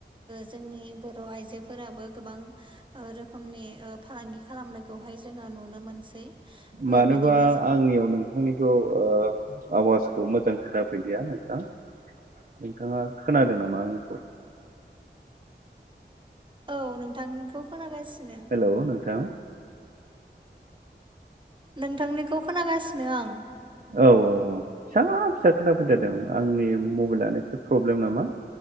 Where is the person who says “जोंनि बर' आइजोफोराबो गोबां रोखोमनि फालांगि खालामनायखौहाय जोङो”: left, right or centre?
Right